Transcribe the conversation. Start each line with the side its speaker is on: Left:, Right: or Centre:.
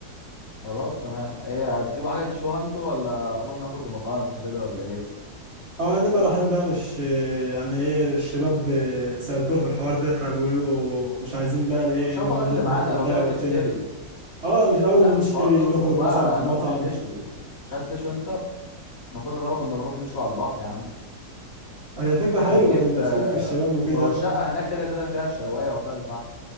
Left: خلاص تمام هي هتجيبوا حاجه تشوها انتوا ولا نروح ناكل في مطاعم وكده ولا ايه
Right: اه نبقى رايحين بقى مش يعني ايه الشباب سألتهم في الحوار ده فبيقولوا مش عايزين بقى ايه
Left: انا مش
Right: نقعد
Left: هاخد اكل
Right: نطبخ
Left: معانا
Right: ونضيع
Left: لو كده
Right: وقتنا
Left: نشتري
Right: اه قالوا
Left: لا مش
Right: نشتري
Left: حوار نطبخ
Right: نخرج
Left: بقى
Right: مثلا في
Left: احنا
Right: مطعم
Left: ممكن نشوي يعني. مش عايز تشوي انت احنا كل مره كنا بنروح نشوي على البحر يا عم
Right: هي فكرة حلوة
Left: هنجيب
Right: نبقى
Left: آه،
Right: نشوف الشباب وكده
Left: ما هو الشقه هناك كده كده فيها شوايه وفيها الفحم